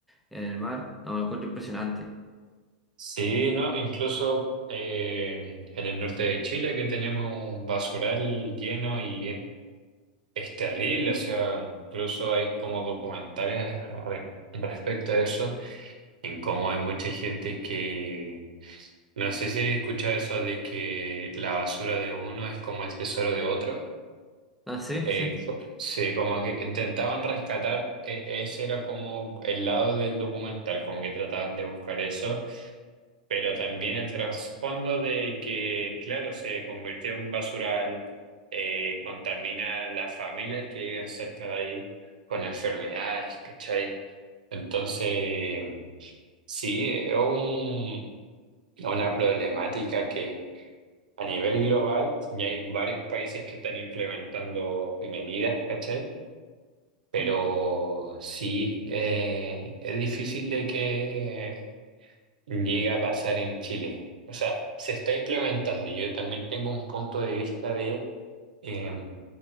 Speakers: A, in the centre; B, on the right (about 80°).
A: en el mar, no, lo encuentro impresionante.
B: sí, ¿no? Incluso eh, en el norte de Chile que tenemos un basural lleno y es Es terrible, o sea, incluso hay como documentales re- respecto a eso, en cómo hay mucha gente que... No sé si escucha eso de que la basura de uno es como el tesoro de otro.
A: Ah, sí,
B: Eh,
A: sí.
B: co- se como que intentaban rescatar, e- ese era como el lado del documental, como que trataban de buscar eso. Pero también el trasfondo de que, claro, se convirtió en un basural, eh, contamina a las familias que viven cerca de ahí con enfermedades, ¿cachai? Entonces, sí, es un- una problemática que a nivel global ya hay varios países que están implementando medidas, ¿cachai? Pero
A: Mm,
B: sí, eh, es difícil de que llega a pasar en Chile. O sea, se está implementando. Yo también tengo un punto de vista de, eh,